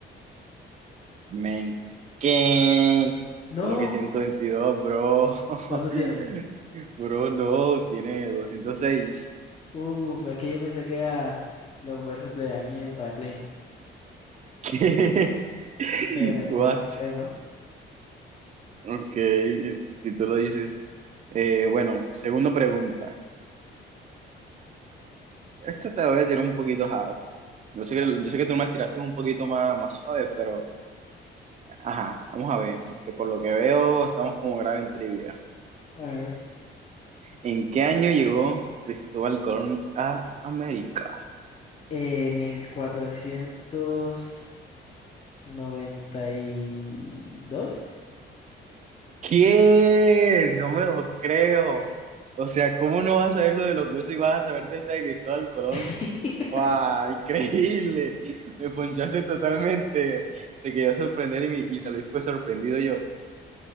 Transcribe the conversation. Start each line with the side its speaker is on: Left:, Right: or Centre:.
Right: Men, ¿qué?
Left: No,
Right: Como que 122, bro? <laughs>
Left: ¿cuánto tiene?
Right: Bro, no, tiene 206.
Left: Uf, es que yo pensé que era los huesos de alguien parapléjico.
Right: ¿Qué? <laughs>
Left: Entonces me,
Right: What?
Left: me equivoqué, ¿no?
Right: Ok, eh, si tú lo dices. Eh, bueno, segunda pregunta. Esta te la voy a tirar un poquito hard. Yo sé que,
Left: A
Right: yo sé que tú me la tiraste un poquito más, más suave, pero ajá, vamos a ver. Que por lo que veo, estamos como grave en trivia.
Left: a ver.
Right: ¿En qué año llegó Cristóbal Colón a América?
Left: Eh, mil cuatrocientos noventa y dos
Right: ¿Qué? No me lo creo. O sea, ¿cómo no vas a saber lo de los huesos y vas a saberte esta de Cristóbal Colón?
Left: <laughs>
Right: ¡Wow! Increíble. Me ponchaste totalmente. Te quería sorprender y, me- y salí pues sorprendido yo.